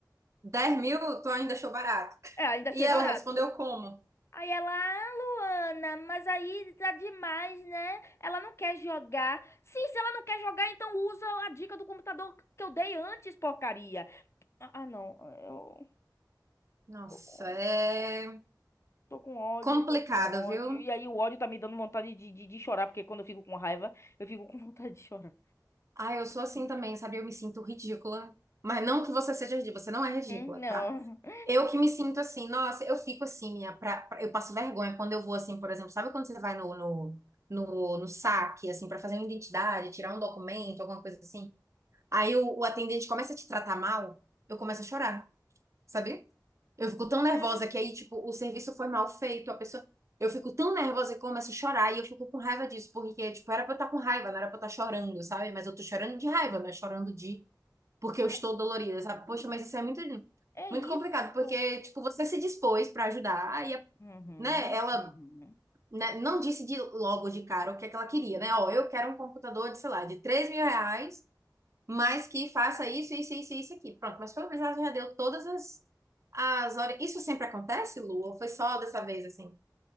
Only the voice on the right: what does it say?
dez mil, tu ainda achou barato.
E ela
respondeu como?
Nossa,
é
complicado,
viu?
Ah, eu sou assim também, sabe? Eu me sinto ridícula. Mas não que você seja ridícula, você não é
ridícula,
tá?
Eu que me sinto assim, nossa, eu fico assim, minha, pra- pra- eu passo vergonha quando eu vou assim, por exemplo, sabe quando você vai no, no, no, no saque, assim, pra fazer uma identidade, tirar um documento, alguma coisa assim? Aí o, o atendente começa a te tratar mal, eu começo a chorar, sabe? Eu fico tão nervosa
que aí, tipo, o serviço foi mal feito, a pessoa. Eu fico tão nervosa que eu começo a chorar e eu fico com raiva disso, porque, tipo, era pra eu estar com raiva, não era pra eu estar chorando, sabe? Mas eu tô chorando de raiva, não é chorando de. Porque eu
estou dolorida, sabe? Poxa, mas isso é muito,
muito
complicado, porque, tipo, você se dispôs pra ajudar e, a-
né, ela.
né, não disse de logo de cara o que é que ela queria, né? Ó, eu quero um computador de, sei lá, de três mil reais mas que faça isso, isso, isso, isso aqui. Pronto, mas pelo menos ela já deu todas as, as horas. Isso sempre acontece, Lu? Ou foi só dessa vez assim?